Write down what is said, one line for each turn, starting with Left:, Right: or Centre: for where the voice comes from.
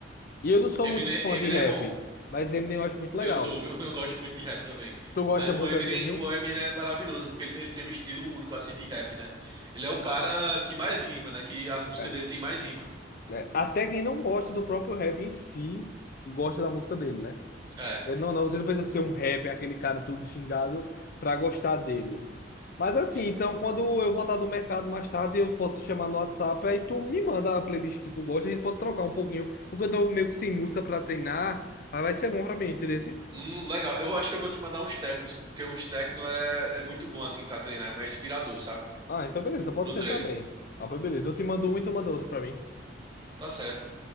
Left: E eu não sou
Right: Eminem,
Left: muito fã
Right: Eminem
Left: de rap,
Right: é bom.
Left: mas Eminem eu acho muito legal.
Right: Eu sou, viu? <laughs> Eu gosto muito de rap também.
Left: Tu gosta
Right: Mas
Left: muito
Right: o Eminem,
Left: de Eminem?
Right: o Eminem é maravilhoso, porque ele, ele tem um estilo único, assim, de rap, né? Ele é o cara que mais rima, né? Que as músicas
Left: É.
Right: dele tem mais rima.
Left: né? Até quem não gosta do próprio rap em si, gosta da música dele, né?
Right: É.
Left: É, Não, não, você não precisa ser um rapper, aquele cara todo xingado, pra gostar dele. Mas assim,
Right: E-
Left: então quando eu voltar do mercado mais tarde, eu posso te chamar no WhatsApp, aí tu me manda a playlist que tu gosta, a gente pode trocar um pouquinho, porque eu tô meio que sem música pra treinar, aí vai ser bom pra mim, entendeu?
Right: Hum, legal. Eu acho que eu vou te mandar uns técnicos, porque uns técnicos é, é muito bom, assim, pra treinar. É inspirador, sabe?
Left: Ah, então beleza, pode
Right: Pro
Left: ser
Right: treino.
Left: também. Ah, pois beleza, eu te mando um e tu manda outro pra mim.
Right: Tá certo.